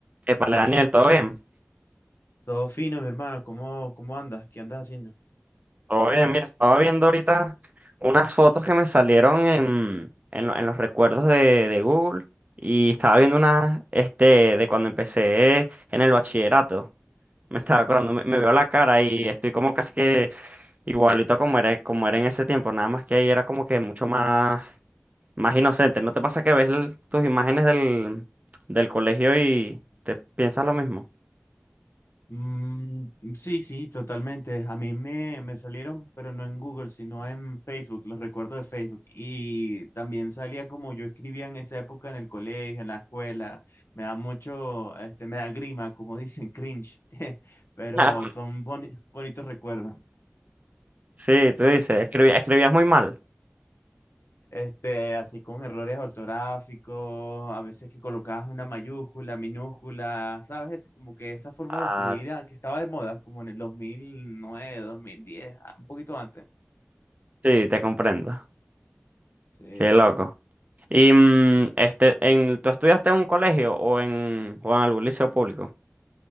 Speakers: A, on the right; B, on the left.
A: Epale, Daniel, ¿todo bien?
B: Todo fino, mi hermano. ¿Cómo, cómo andas? ¿Qué andas haciendo?
A: Todo bien, mira, estaba viendo ahorita unas fotos que me salieron en, en, lo- en los recuerdos de, de Google y estaba viendo unas este, de cuando empecé en el bachillerato. Me estaba acordando, me, me veo la cara y estoy como casi que igualito como era, como era en ese tiempo, nada más que ahí era como que mucho más, más inocente. ¿No te pasa que ves el- tus imágenes del, del colegio y te piensas lo mismo?
B: Mm, sí, sí, totalmente. A mí me, me salieron, pero no en Google, sino en Facebook, los recuerdos de Facebook. Y también salía como yo escribía en esa época en el colegio, en la escuela. Me da mucho, este, me da grima, como dicen, cringe. <laughs> Pero
A: <laughs>
B: son boni- bonitos recuerdos.
A: Sí, tú dices, escribí- escribías muy mal.
B: Este, así con errores ortográficos, a veces que colocabas una mayúscula, minúscula, ¿sabes? Es como que esa forma
A: Ah,
B: de escribir ah, que estaba de moda, como en el 2009, 2010, ah, un poquito antes.
A: Sí, te comprendo.
B: Sí.
A: Qué loco. Y mm, este, en, ¿tú estudiaste en un colegio o en, o en algún liceo público?